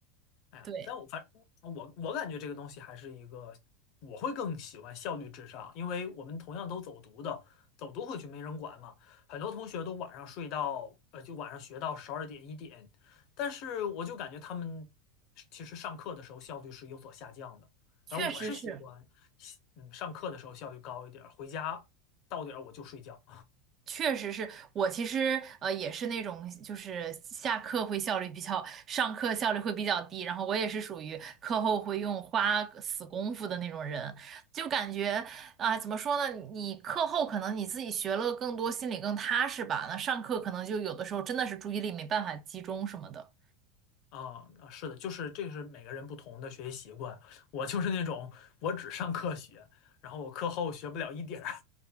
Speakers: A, on the left; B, on the right.
A: 哎呀，
B: 对，
A: 但我反我我感觉这个东西还是一个，我会更喜欢效率至上，因为我们同样都走读的，走读回去没人管嘛，很多同学都晚上睡到，呃，就晚上学到十二点一点，但是我就感觉他们其实上课的时候效率是有所下降的，
B: 确实是。
A: 然后我是喜欢，嗯，上课的时候效率高一点儿回家到点儿我就睡觉。
B: 确实是我其实呃也是那种就是下课会效率比较，上课效率会比较低，然后我也是属于课后会用花死功夫的那种人，就感觉啊、怎么说呢，你课后可能你自己学了更多，心里更踏实吧，那上课可能就有的时候真的是注意力没办法集中什么的。
A: 啊，啊是的，就是这个是每个人不同的学习习惯。我就是那种我只上课学，然后我课后学不了一点儿，